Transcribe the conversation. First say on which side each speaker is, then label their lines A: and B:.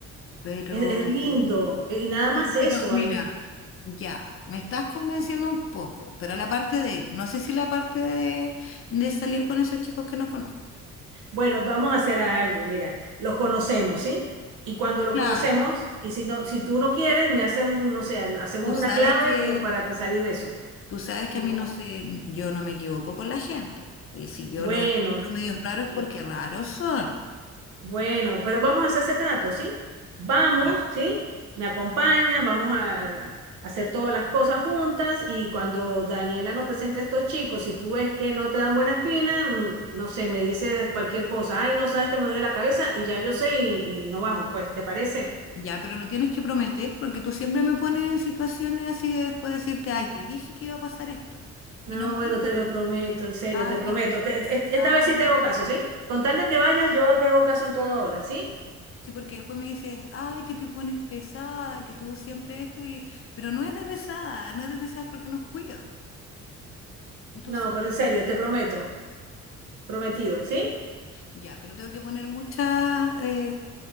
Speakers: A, on the left (about 45°); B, on the right (about 85°).
A: pero,
B: es, es lindo. E- Y nada más
A: no,
B: eso
A: pero mira,
B: ahí.
A: ya, me estás convenciendo un poco, pero la parte de, no sé si la parte de de salir con esos chicos que no conozco.
B: Bueno, vamos a hacer algo, mira, los conocemos, ¿sí? Y cuando lo
A: Claro,
B: conocemos, y si no, si tú no quieres, me haces un, no sé, hacemos
A: tú sabes
B: una clave
A: que,
B: como para que salir de eso.
A: tú sabes que
B: Y
A: a
B: no,
A: mí no sé, yo no me equivoco con la gente. Y si yo
B: Bueno,
A: lo encuentro medios raros,
B: sí,
A: porque raros son.
B: bueno, pero vamos a hacer ese trato, ¿sí? Vamos,
A: Ya,
B: ¿sí? Me acompañas, vamos a, a hacer todas las cosas juntas y cuando Daniela nos presente a estos chicos, si tú ves que no te dan buena espina, mm, no sé, me dices cualquier cosa, ay, no sabes que me duele la cabeza y ya yo sé y, y no vamos, pues, ¿te parece?
A: ya, pero lo tienes que prometer porque tú siempre me pones en situaciones así de después decirte, ay, te dije que iba a pasar esto.
B: No,
A: Y no me
B: bueno,
A: gusta
B: te
A: porque
B: lo prometo,
A: dices,
B: en serio,
A: ay,
B: te prometo.
A: que te pones
B: Te- te-
A: pesada.
B: esta vez sí te hago caso, ¿sí? Con tal de que vayas, yo te hago caso en todo ahora, ¿sí?
A: Sí, porque después me dices, ay, que te pones pesada, que tú siempre esto y... Pero no es de pesada, no es de pesada es porque nos cuido. Tú
B: No,
A: sabes.
B: pero en serio, te prometo. Prometido, ¿sí?
A: Ya, pero tengo que poner mucha... eh,